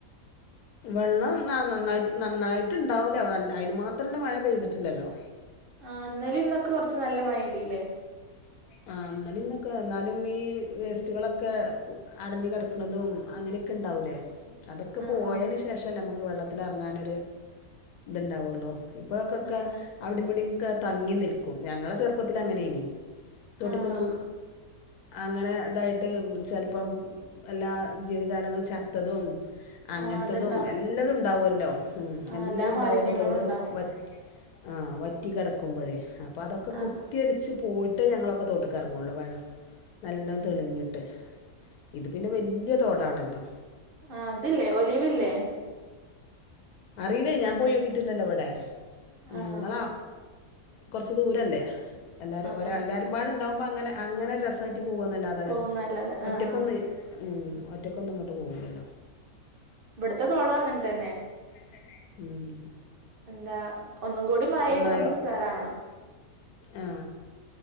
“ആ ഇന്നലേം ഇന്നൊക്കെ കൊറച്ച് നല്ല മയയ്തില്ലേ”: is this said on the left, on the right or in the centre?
Right